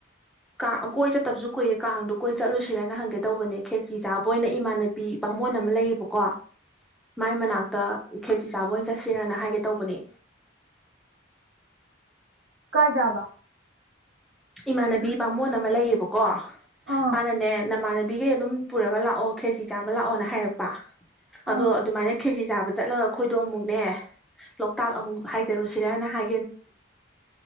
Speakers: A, in the centre; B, on the right.
A: ꯀꯥꯡ ꯀꯣꯏ ꯆꯠꯇꯕꯁꯨ ꯀꯨꯏꯔꯦ ꯀꯥꯡꯗꯣ ꯀꯣꯏ ꯆꯠꯂꯨꯁꯤꯔꯅ ꯍꯪꯒꯦ ꯀꯩ ꯇꯧꯕꯅꯦ ꯈꯦꯔꯆ ꯆꯥꯕ ꯑꯣꯏꯅ ꯏꯃꯥꯟꯅꯕꯤ ꯕꯥꯃꯣꯟ ꯑꯃ ꯂꯩꯌꯦꯕꯀꯣ ꯃꯥꯏ ꯃꯅꯥꯛꯇ ꯈꯦꯔꯆꯤ ꯆꯥꯕ ꯑꯣꯏꯅ ꯆꯠꯁꯤꯔꯅ ꯍꯥꯏꯒꯦ ꯇꯧꯕꯅꯤ
B: ꯀꯥꯏꯗꯥꯕꯥ
A: ꯏꯃꯥꯟꯅꯕꯤ ꯕꯥꯃꯣꯟ ꯑꯃ ꯂꯩꯌꯦꯕꯀꯣ
B: ꯑꯥ
A: ꯃꯥꯅꯅꯦ ꯅꯃꯥꯟꯅꯕꯤꯈꯩ ꯑꯗꯨꯝ ꯄꯨꯔꯒ ꯂꯥꯛꯑꯣ ꯈꯦꯔꯁꯤ ꯆꯥꯕ ꯂꯥꯛꯑꯣꯅ ꯍꯥꯏꯔꯛꯄ
B: ꯑꯥ
A: ꯑꯗꯣ ꯑꯗꯨꯃꯥꯏꯅ ꯈꯦꯖꯤ ꯆꯥꯕꯗ ꯆꯠꯂꯒ ꯑꯩꯈꯣꯏꯗꯣ ꯑꯃꯨꯛꯅꯦ ꯂꯣꯛꯇꯥꯛ ꯑꯃꯨꯛ ꯍꯥꯏꯗꯔꯨꯁꯤꯔꯅ ꯍꯥꯏ